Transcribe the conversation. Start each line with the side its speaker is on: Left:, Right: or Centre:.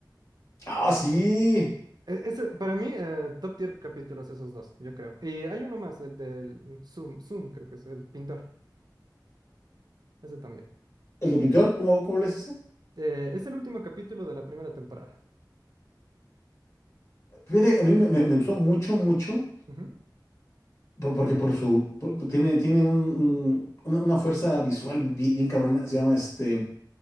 Left: Ah, sí.
Right: E- Eso, para mí, eh, top tier capítulos esos dos, yo creo. Y hay uno más, el del Zoom, Zoom creo que es el pintor, ese también.
Left: El de pintor, ¿cómo, cómo le es ese?
Right: Eh, es el último capítulo de la primera temporada.
Left: Fíjate, a mí me, me- me gustó mucho, mucho,
Right: Ujú.
Left: por- porque por su... por- por- tiene, tiene un- un- una, una fuerza visual bi- bien, cabrona. Se llama este...